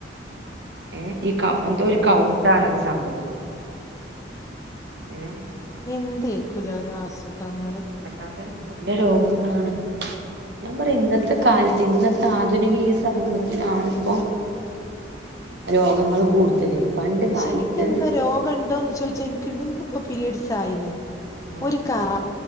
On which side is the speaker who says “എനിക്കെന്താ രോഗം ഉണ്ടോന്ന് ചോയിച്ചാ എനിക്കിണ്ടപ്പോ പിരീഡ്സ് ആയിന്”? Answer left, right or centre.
Left